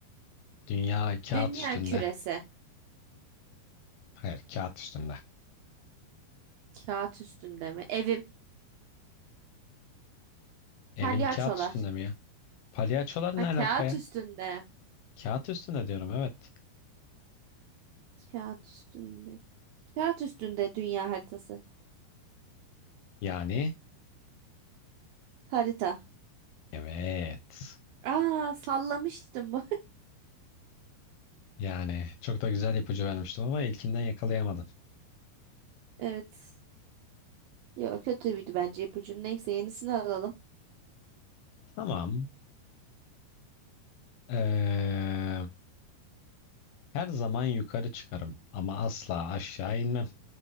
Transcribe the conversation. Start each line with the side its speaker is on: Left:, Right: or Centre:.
Left: Dünya kağıt
Right: Dünya
Left: üstünde.
Right: küresi.
Left: Hayır, kağıt üstünde.
Right: Kağıt üstünde mi? Evim.
Left: Evin
Right: Palyaçolar.
Left: kağıt üstünde mi ya? Palyaçolar
Right: Ha,
Left: ne alaka
Right: kağıt
Left: ya?
Right: üstünde.
Left: Kağıt üstünde diyorum evet.
Right: Kağıt üstünde. Kağıt üstünde dünya haritası.
Left: Yani
Right: Harita.
Left: evet.
Right: Aa sallamıştım bu.
Left: Yani çok da güzel ipucu vermiştim ama ilkinden yakalayamadın.
Right: <laughs> Evet. Yok kötüydü bence ipucu. Neyse yenisini alalım.
Left: Tamam. Ee, her zaman yukarı çıkarım ama asla aşağı inmem.